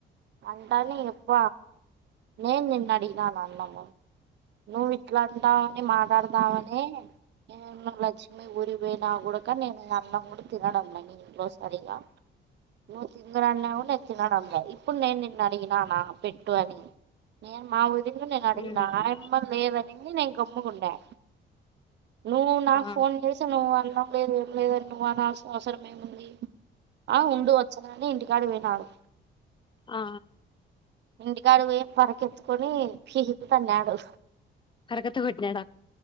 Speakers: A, on the right; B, on the left.
A: అంటాలి ఎప్ప నేను నిన్నడి న అన్నమో నువ్ ఇట్లా అంటావని మాట్లాడదావని నే లక్ష్మి గురి ఇవ నా కూడాక నేను అన్నం కూడా తినడం లే ఇంట్లో సరిగా నువ్వు తిందరన్నా కూడా నేను తినడంలే ఇప్పుడు నేను నిన్ను అడిగిన నా పెట్టు అని నేను మా వఊదిిన నేను అడిగిన
B: ఉమ్
A: లేదనిది నేను గమ్ముకుండాను నువ్వు నాకు
B: ఆ
A: ఫోన్ చేసి నువ్వు అన్నా లేదు ఏం లేదని నువ్వు అనాల్సిన అవసరం ఏముంది ఆ ఉండు వచ్చనని ఇంటికాడ వినడు
B: ఆ
A: ఇంటికాడు పో పరకెత్తుకొని ఫహత తన్నాడు
B: కరకత్త కొట్నాడ